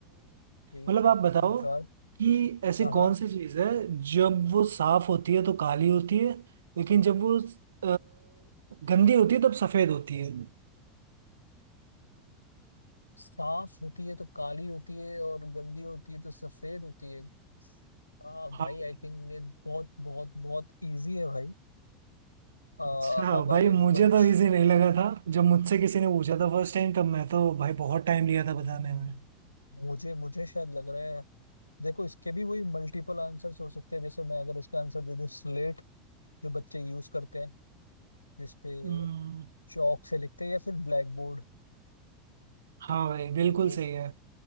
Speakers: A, on the left; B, on the right.
A: ठीक
B: मतलब
A: है
B: आप बताओ
A: निकाल
B: कि ऐसी
A: हाँ हाँ
B: कौन सी चीज है जब वो साफ होती है तो काली होती है लेकिन जब वो अ, गंदी होती है तब सफेद होती है
A: साफ होती है तो काली होती है और गंदी होती है तो सफेद होती है आ,
B: हाँ
A: भाई
B: भाई।
A: आई थिंक ये बहुत बहुत बहुत इजी है भाई आ,
B: अच्छा
A: हमारे
B: भाई मुझे
A: बच
B: तो इजी नहीं लगा था जब मुझसे किसी ने पूछा था फर्स्ट टाइम तब मैं तो भाई बहुत टाइम लिया
A: हम्म,
B: था बताने में
A: मुझे मुझे शायद लग रहा है देखो इसके भी वही मल्टीपल आंसर्स हो सकते हैं जैसे मैं अगर इसका आंसर दे दूं स्लेट जो बच्चे यूज करते हैं जिसपे
B: हम्म,
A: चौक से लिखते हैं या फिर ब्लैक बोर्ड
B: हाँ भाई बिल्कुल
A: कि वो
B: सही है